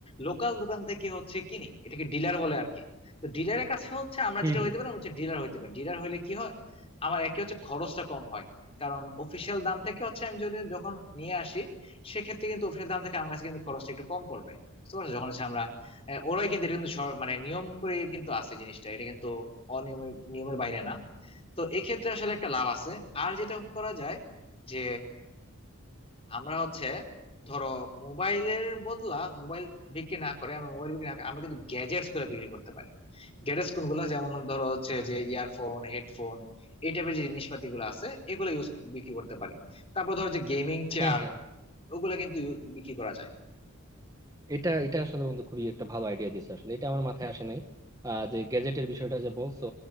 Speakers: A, on the left; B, on the right.
A: লোকাল দোকান থেকে হচ্ছে কিনি এটাকে ডিলার বলে আর কি তো ডিলারের কাছে হচ্ছে আমরা
B: হুম
A: যেটা
B: হুম
A: হইতে পারি আমরা হচ্ছে ডিলার হইতে পারি ডিলার হইলে কি হয় আমার একে হচ্ছে খরচটা কম হয় কারণ অফিসিয়াল দাম থেকে হচ্ছে আমি যদি যখন নিয়ে আসি সেক্ষেত্রে কিন্তু অফিসিয়াল দাম থেকে আমার কাছে কিন্তু খরচটা একটু কম পড়বে বুঝতে পারছো যখন হচ্ছে আমরা আহ, ওরাই কিন্তু এটা কিন্তু সর- মানে নিয়ম করে কিন্তু আছে জিনিসটা এটা কিন্তু অনিয়মের নিয়মের বাইরে না তো এক্ষেত্রে আসলে একটা লাভ আছে আর যেটা করা যায় যে আমরা হচ্ছে ধরো মোবাইলের বদলা মোবাইল বিক্রি না করে আমরা মোবাইল বিক্রি না করে আমরা কিন্তু গ্যাজেটস করে বিক্রি করতে পারি গ্যাজেটস কোনগুলো যেমন ধরো হচ্ছে
B: হুম
A: যে
B: হুম হুম
A: ইয়ারফোন
B: হুম।
A: হেডফোন এই টাইপের যে জিনিসপাতি গুলো আছে এগুলো ইউজ বিক্রি করতে পারি তারপর ধরো যে গেমিং চেয়ার
B: হ্যাঁ হ্যাঁ
A: ওগুলো কিন্তু ইউ- বিক্রি করা যায়
B: এটা এটা আসলে বন্ধু খুবই একটা ভালো আইডিয়া দিছে আসলে এটা আমার মাথায় আসে নাই আহ, যে গ্যাজেটের বিষয়টা যে বলছো